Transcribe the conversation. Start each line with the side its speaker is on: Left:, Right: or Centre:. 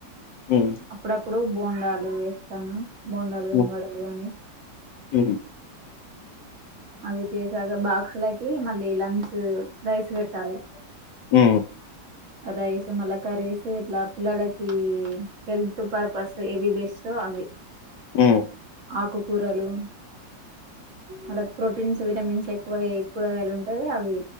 Left: హ్మ్
Right: అప్పుడప్పుడు బోండాలు వేస్తాను బోండాలు
Left: హ్మ్
Right: కాని వడలు గాని
Left: హ్మ్
Right: అవి చేసాక బాక్స్ లకి మళ్ళీ లంచ్ రైస్ పెట్టాలి
Left: ఉ
Right: రైస్ మల్లా కర్రీస్ ఇట్లా పిల్లలకి హెల్త్ పర్పస్ ఏవి బెస్టో అవి
Left: హ్మ్
Right: ఆకుకూరలు ఆళ్లకు ప్రోటీన్స్ విటమిన్స్ ఎక్కువ ఏం కూరగాయలు ఉంటాయో అవి